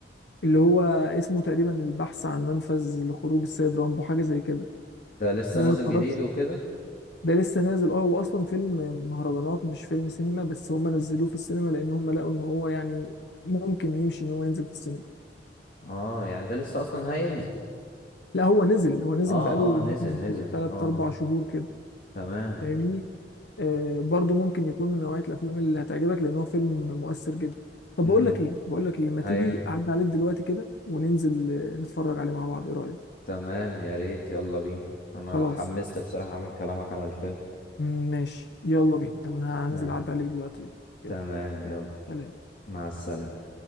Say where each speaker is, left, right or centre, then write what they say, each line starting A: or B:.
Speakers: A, on the left; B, on the left.
A: اللي هو اسمه تقريبا البحث عن منفذ لخروج السيد رامبو حاجة زي كده
B: ده لسه
A: ده
B: نازل
A: ما اتفرجتش
B: جديد وكده
A: ده لسه نازل اه هو اصلا فيلم مهرجانات مش فيلم سينما بس هم نزلوه في السينما لان هم لقوا ان هو يعني ممكن يمشي ان هو ينزل في السينما
B: اه يعني ده لسه اصلا هينزل
A: لا هو نزل هو نزل
B: اه
A: بقاله
B: اه نزل
A: ممكن
B: نزل
A: 3
B: اه
A: 4 شهور كده
B: تمام
A: فاهمني آه، برضو ممكن يكون من نوعية الأفلام اللي هتعجبك لأن هو فيلم مؤثر جدا طب
B: امم
A: بقول لك إيه بقول لك إيه ما تيجي
B: ايوه
A: أعدي عليك دلوقتي كده وننزل آه، نتفرج عليه مع بعض إيه رأيك
B: تمام يا ريت يلا بينا انا
A: خلاص
B: اتحمست بصراحة من كلامك على الفيلم
A: ماشي يلا بينا يلا أنا
B: ت-
A: هنزل أعدي عليك دلوقتي يلا يلا
B: تمام يلا
A: سلام
B: مع السلامة